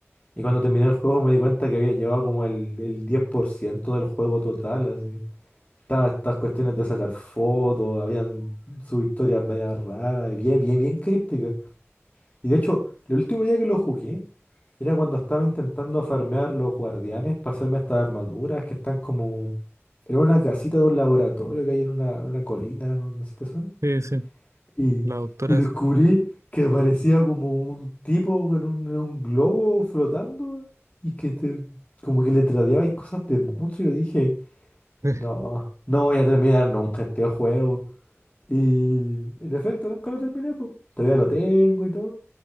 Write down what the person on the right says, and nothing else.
Sí, sí.
La doctora
es.
<laughs>